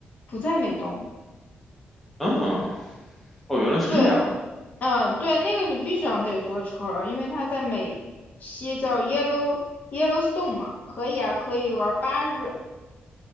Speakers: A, on the left; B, in the centre.
A: 不在美东，
B: 嗯，哦，原来是这样，
A: 对，嗯、对，那个你必须要得坐车了，因为它在美西叫 Yellow Yellowstone 嘛，可以啊，可以玩八日，